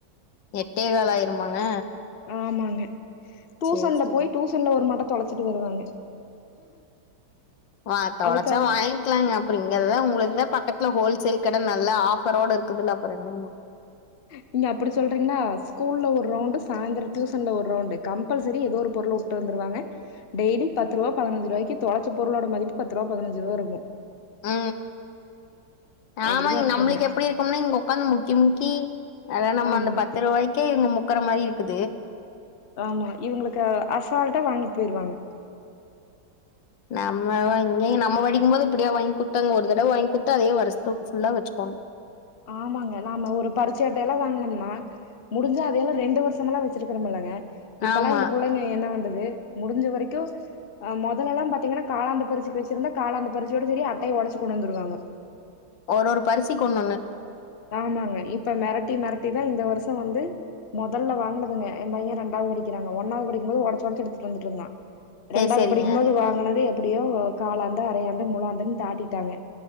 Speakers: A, on the left (about 70°); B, on the left (about 40°).
A: எட்டே கால் ஆயிருமாங்க
B: ஆமாங்க டூசன்ல
A: சேரி சேரி
B: போய் டூசன்ல ஒரு மடத் தொலைச்சிட்டு வருவாங்க
A: வா தொலைச்சா
B: அதுக்காக
A: வாங்கிக்கலாங்க அப்புறோ இங்கதா உங்களுக்குதா பக்கத் துல ஹோல்சேல் கட நல்ல ஆஃபர்ரோட இருக்குதுல்ல அப்புறம் என்ன ம்
B: நீங்க அப்புடி சொல்றீங்களா ஸ்கூல்ல ஒரு ரவுண்ட் சாயந்தரம் டியூசன்ல ஒரு ரவுண்டு கம்பல்சரி ஏதோ ஒரு பொருள் உட்டு வந்துருவாங்க டெய்லி பத்து ரூபா பதனாஞ்சு ரூபாய்க்கு தொலைச்ச பொருளோட மதிப்பு பத்து ரூபா பதானஞ்சு ரூபா இருக்கு
A: அ அ
B: அப்டிதா
A: ஆமா
B: இருக்குங்க
A: நம்மளுக்கு எப்புடி இருக்கும்னா இங்க உக்காந்து முக்கி முக்கி அ அத நம்ம
B: ஆமா
A: அந்த பத்து ரூபாய்க்கே இங்க முக் க்கற மாரி இருக்குது
B: ஆமா இவுங்களுக்கு அசால்ட்டா வாங்கிட்டு போயிருவாங்க
A: நம்ம வா இங்கேயு நம்ம படிக்கும் போது இப்படியா வாங்கி குடுத்தாங்க ஒரு தடவை வாங்கி குடுத்தா அதே வருஷத்துக்கு ஃபுல்லா வச்சுக்கோணு
B: ஆமாங்க நாம ஒரு பருச்சை அட்டையெல்லா வாங்கனம்னா முடிஞ்சா அதையெல்லா ரெண்டு வருஷமெல்லா வெச்சிருக்கிறோமல்லங்க இப்பல்லா
A: ஆமா
B: இந்த புள்ளைங்க என்ன வண்டுது முடிஞ்ச வரைக்கு ஆஹ் முதலெல்லா பாத்தீங்ன்னா காலாண்டு பரிட்சிக்கு வச்சிருந்தா காலாண்டு பரிட்சியோட சரி அட்டையை ஒடைச்சு கொண்டு வந்துருவாங்க
A: ஒரு ஒரு பரிட்சிக்கு ஒண்ணு ஒன்னு
B: ஆமாங்க இப்ப மெரட்டி மெரட்டி தா இந்த வருஷோ வந்து மொதல்ல வாங்குனதுங்க ஏ பையே ரெண்டாவது வடிக்கிறாங்க ஒன்னாவது படிக்கும்போது ஒடச்சோடச்சு எடுத்துட்டு வந்துட்டுருந்தா
A: சேரி
B: ரெண்டாவது
A: சேரிங்க
B: படிக்கும்போது வாங்குனது அப்டியோ காலாண்டு அரையாண்டு மூழாண்டுன்னு தாட்டிட்டாங்க